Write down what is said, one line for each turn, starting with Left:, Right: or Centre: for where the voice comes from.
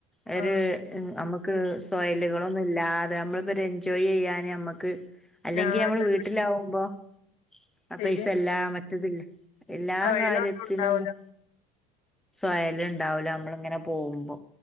Centre: അവര്
Left: ആഹ്
Centre: നമുക്ക് സോയലുകളും തൊന്നും ഇല്ലാതെ നമ്മള് ഇവര് എൻജോയ് ചെയ്യാനാന് നമുക്ക് <unintelligible> അല്ലെങ്കി
Left: ആഹ്
Centre: നമ്മള്
Left: അതെ
Centre: വീട്ടിലാവുമ്പോ- ആ
Left: ശരിയെന്ന
Centre: പൈസ അല്ല മറ്റതില് എല്ലാ
Left: തൊഴിലൊന്നും
Centre: കാര്യത്തിനും-
Left: ഉണ്ടാവൂല
Centre: സ്വര്യംഉണ്ടാവില്ല നമ്മളിങ്ങനെ പോകുമ്പോ